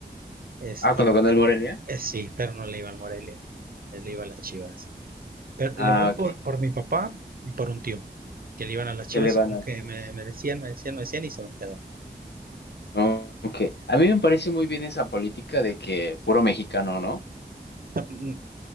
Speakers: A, on the right (about 55°); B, on the left (about 75°).
A: Este,
B: Ah, cuando ganó
A: pe-
B: el Morelia.
A: eh, sí, pero no le iba al Morelia, eh, le iba a las Chivas. Pero le
B: Ah,
A: voy por,
B: ok,
A: por mi papá y por un tío, que le iban a las Chivas
B: ¿qué le van
A: y como
B: a
A: que
B: Chivas?
A: me, me decían, me decían, me decían y se me quedó. O
B: Oh, ok, a mí me parece muy bien esa política de que puro mexicano, ¿no?
A: sea, Mm,